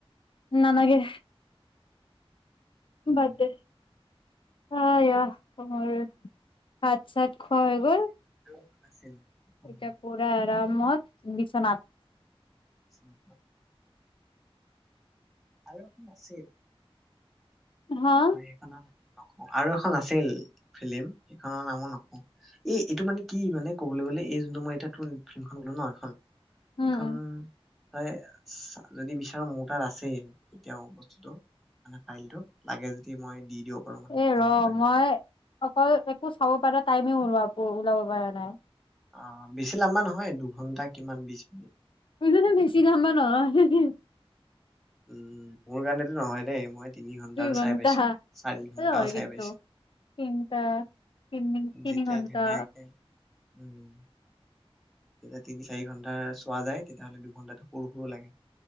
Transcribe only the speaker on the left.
নালাগে।
বাদ দে আয়া <unintelligible> ভাত চাত খোৱা হৈ গ'ল।
এতিয়া পুৰা আৰামত বিছনাত।
হা
উম
উম
এ
ৰ
মই অকল একো চাব পাৰা টাইমে ওলোৱা ওলাব পৰা নাই।
<unintelligible> বেছি <unintelligible> নহয়।
দুই ঘণ্টা
হয়
কিন্তু
তিনটা <unintelligible> তিনি
ঘণ্টা